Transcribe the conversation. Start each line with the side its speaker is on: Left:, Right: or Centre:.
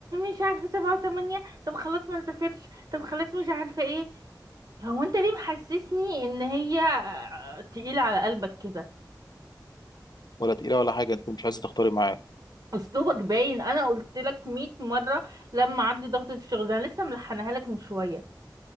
Right: مش عارفه سبعة وثمانية طب خلاص ما نسافرش طب خلاص مش عارفه ايه هو انت ليه محسسني ان هي تقيلة على قلبك كده
Left: ولا تقيله ولا حاجه انت مش عايزه تختاري ميعاد
Right: اسلوبك باين انا قلت لك 100 مرة لما عندي ضغطة الشغل ده انا لسه ملحنها لك من شوية